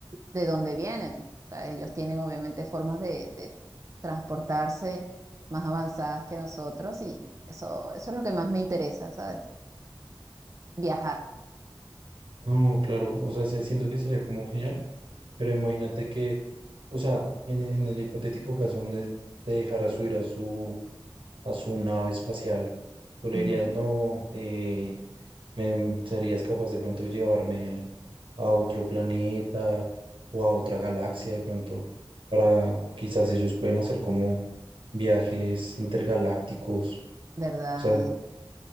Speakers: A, on the right; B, on the right.
A: ¿de dónde vienen? O sea, ellos tienen obviamente formas de, de transportarse más avanzadas que nosotros y eso, eso es lo que más me interesa, ¿sabes? Viajar,
B: No, claro, o sea, se- siento que sería como genial, pero imagínate que, o sea, en, en el hipotético caso donde te dejara subir a su, a su nave espacial, tú le
A: ujú,
B: dirías, no, eh, Em, ¿serías capaz de pronto llevarme a otro planeta o a otra galaxia de pronto para quizás ellos pueden hacer como viajes intergalácticos?
A: ¿verdad?
B: O sea,